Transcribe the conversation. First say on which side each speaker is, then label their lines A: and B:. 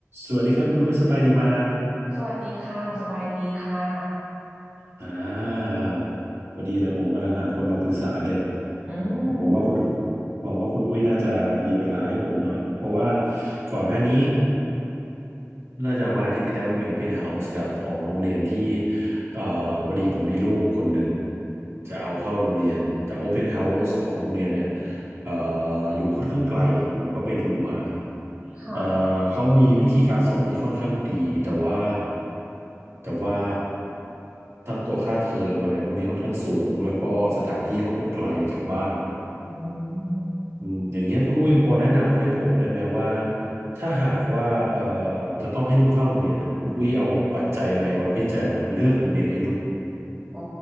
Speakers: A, on the right; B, on the right.
A: สวัสดีครับคุณอุ้ยสบายดีไหม
B: สวัสดีค่ะสบายดีค่ะ
A: อ่าพอดีเลยผมกำลังหาคนมาปรึกษาเลย
B: อื
A: ผมหวังว่าคุณ
B: ม
A: หวังว่าคุณอุ้ยน่าจะมีเวลาให้ผมหน่อยเพราะว่าก่อนหน้านี้ น่าจะมาอาทิตย์ที่แล้วมันมีโอเพนเฮาส์ครับของโรงเรียนที่เอ่อพอดีผมมีลูกคนหนึ่งจะเอาเข้าโรงเรียนแต่โอเพนเฮาส์ของโรงเรียนเนี่ยเอ่ออยู่ค่อนข้างไกลผมก็ไปดูมา
B: ค่ะ
A: เอ่อเขามีวิธีการสอนที่ค่อนข้างดีแต่ว่าแต่ว่าทั้งตัวค่าเทอมอะไรพวกนี้ค่อนข้างสูงแล้วก็สถานที่ค่อนข้างไกลจากบ้าน
B: อืม
A: อืมอย่างเงี้ยคุณอุ้ยพอแนะนำให้ผมได้ไหมว่าถ้าหากว่าเอ่อจะต้องให้ลูกเข้าโรงเรียนอ่ะคุณอุ้ยเอาปัจจัยอะไรมาพิจารณาเลือกโรงเรียนให้ลูก
B: อ๋อ